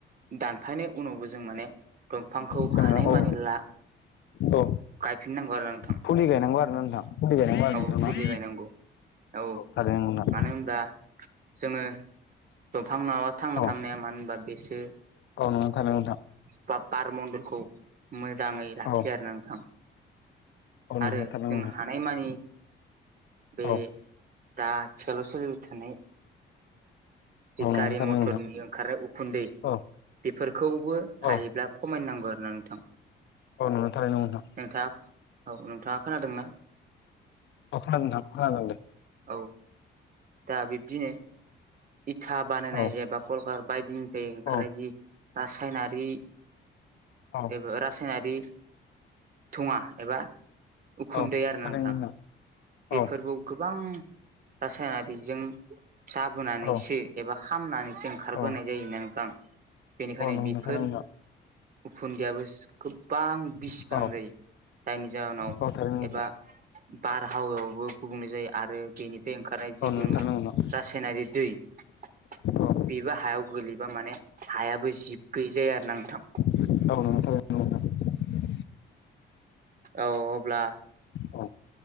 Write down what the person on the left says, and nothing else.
जोङो
औ
औ
फुलि गायनांगौ आरोना नोंथां फुलि गायनांगौ आरो नोंथां
ना
थारैनो नंगौ
नोंथां
औ नङ थानो उथां
औ
औ नंगौ
थारैनो
नोंथां
औ
औ नंगौ
थारैनो
नोंथां
औ
औ
औ नुनो <unintelligible>
औ खोनादों नोंथां
औ
औ
औ
औ
थारैनो
औ
औ
औ
औ नंगौ
थारैनो
नोंथां
औ
औ थारैनो नोंथां
औ
नंगौ थारैनो नोंथां
औ
गावनानै <unintelligible>
औ